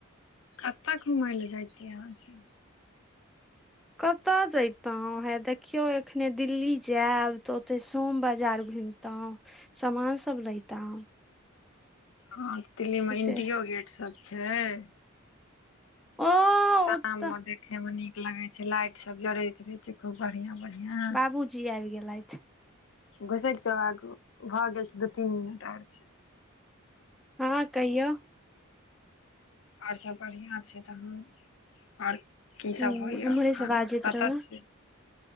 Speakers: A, on the left; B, in the centre.
A: कतय घुमय लए जायतियै अहाँसे।
B: कतय जैतहुँ हे देखियौ एखने दिल्ली जायब त ओतय सोम बाजार घुमि तहुँ सामान सब लइतौं।
A: ह दिल्लीमे इंडियो
B: से
A: गेट सब छैय।
B: ओ
A: शाममे
B: ओतऽ
A: देखेमे नीक लगय छैय लाइट सब जरैत रहय छैय खूब बढ़िआँ- बढ़िआँ।
B: बाबूजी आबि गेलथि
A: घुसैक जौ आगु भए गेल छैय दू तीन मिनट आर छैय।
B: अहाँ कहियौ।
A: आओर सभ बढ़िआँ छै तहन। आओर की
B: ह
A: सभ होइए
B: उम्हरे
A: एखन
B: से बाजैत
A: कतय
B: रहू
A: छी।